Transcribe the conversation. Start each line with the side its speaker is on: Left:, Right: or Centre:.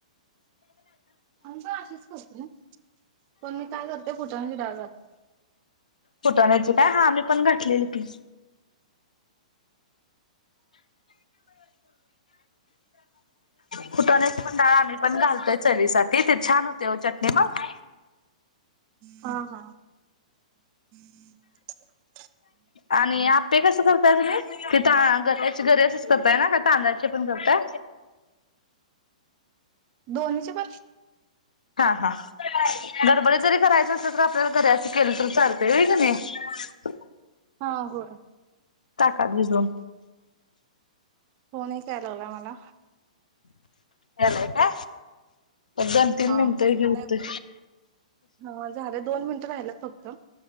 Right: आम्ही पण अशीच करतोय पण मी काय करते पुटडाग घते का
Left: फुटण्याच काय हा मी पण घातलेली ती खुटनेच ंडाळ आम्ही पण घालतोय चली सा ते छान होते हो चटणी मग
Right: हा हा हम्म
Left: आणि आपे कस करताय तुम्ही क त गरे असच करताय ना का तांदळाचे पण करता
Right: दोन्चे प
Left: हा हा गरबडी जरी करायच असल तर आपल्याला घरी असं केलं तर सारते ये क नाही हो
Right: हा होय
Left: टाका दि दोन
Right: होन कायला लागला मला
Left: यालाय का उदण तननंतै
Right: हा
Left: होत
Right: नाही हा झालं दोन मिनिटं राहिलं फक्त